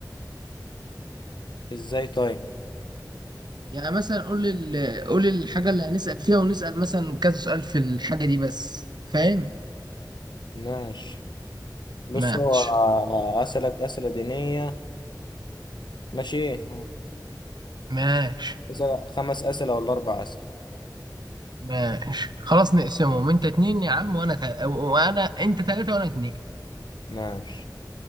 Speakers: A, on the left; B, on the right.
A: ازاي طيب؟
B: يعني مثلا قول ال... قول الحاجة اللي هنسأل فيها ونسأل مثلا كذا سؤال في الحاجة دي بس فاهم
A: ماشي بص
B: ماشي
A: هو اسألك اسئلة دينية ماشي
B: ماشي
A: مثلا خمس اسئلة ولا اربع اسئلة
B: ماشي خلاص نقسمهم انت اتنين يا عم وانا تا... وانا انت تلاتة وانا اتنين
A: ماشي